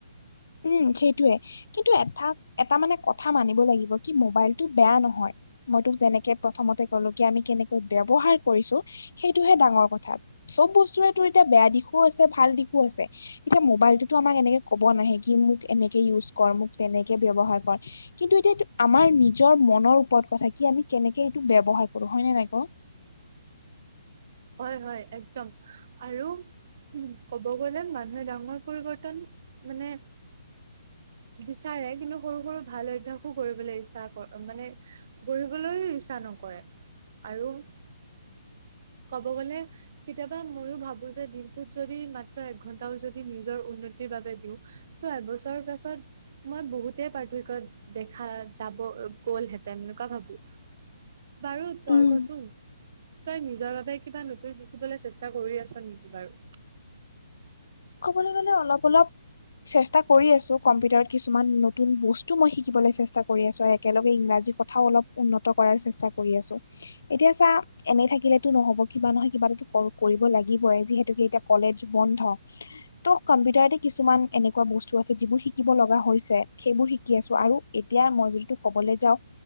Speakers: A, on the left (about 70°); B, on the right (about 45°).
A: উম, সেইটোৱে কিন্তু এটা এটা মানে কথা মানিব লাগিব কি মোবাইলটো বেয়া নহয়। মই তোক যেনেকে প্ৰথমতে কলো কি আমি কেনেকৈ ব্যৱহাৰ কৰিছো সেইটোহে ডাঙৰ কথা চব বস্তুৰেতো এতিয়া বেয়া দিশো আছে ভাল দিশো আছে। এতিয়া মোবাইলটোতো আমাক এনেকে ক'ব নাহে কি মোক এনেকে ইউজ কৰ মোক তেনেকে ব্যৱহাৰ কৰ। কিন্তু এতিয়াটো আমাৰ নিজৰ মনৰ ওপৰত কথা কি আমি কেনেকে এইটো ব্যৱহাৰ কৰো হয় নে নাই ক?
B: হয় হয় একদম। আৰু উম ক'ব গ'লে মানুহে ডাঙৰ পৰিৱৰ্তন মানে বিচাৰে কিন্তু সৰু সৰু ভাল অভ্যাসো কৰিবলৈ ইচ্ছা কৰ মানে গঢ়িবলৈও ইচ্ছা নকৰে আৰু ক'ব গ'লে কেতিয়াবা ময়ো ভাবো যে দিনটোত যদি মাত্ৰ এক ঘন্টাও যদি নিজৰ উন্নতিৰ বাবে দিওঁ, ত এবছৰৰ পাছত মই বহুতে পাৰ্থক্য দেখা যাব গ'লহেঁতেন এনেকুৱা ভাবো। বাৰু তই
A: উম
B: কচোন তই নি জৰ বাবে কিবা নতুন শিকিবলৈ চেষ্টা কৰি আছা নেকি বাৰু?
A: ক'বলৈ গ'লে অলপ অলপ চেষ্টা কৰি আছো কম্পিউটাৰত কিছুমান নতুন বস্তু মই শিকিবলৈ চেষ্টা কৰি আছো আৰু একেলগে ইংৰাজী কথ থাও অলপ উন্নত কৰাৰ চেষ্টা কৰি আছো। এতিয়া চা এনেই থাকিলেতো নহব কিবা নহয় কিবাটো কৰিব লাগিবই যিহেতুকে এতিয়া কলেজ বন্ধ। <unintelligible> ত কম্পিউটাৰতে কিছুমান এনেকুৱা বস্তু আছে যিবোৰ শিকিব লগা হৈছে সেইবোৰ শিকি আছো আৰু এতিয়া মই যদি তোক ক'বলৈ যাওঁ